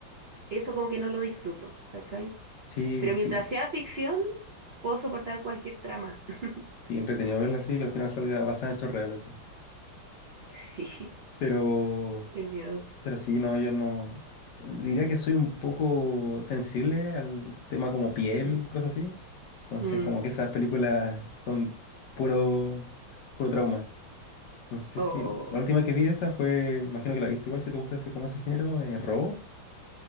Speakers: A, on the right; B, on the left.
A: eso como que no lo disfruto, ¿cachai?
B: Sí,
A: Pero
B: sí.
A: mientras sea ficción, puedo soportar cualquier trama. <laughs>
B: Sí, entretenido verla así, que al final salga basada en hechos reales. así.
A: Sí,
B: Pero.
A: qué miedo.
B: Pero sí, no, yo no. Diría que soy un poco sensible al tema como piel,
A: <clears throat>
B: cosas así. Entonces,
A: Mm,
B: como que esas películas son puro, puro trauma. No sé
A: Oh,
B: si la última que vi de esa fue, imagino que la viste igual, si te gusta ese, como ese género, eh, Robo,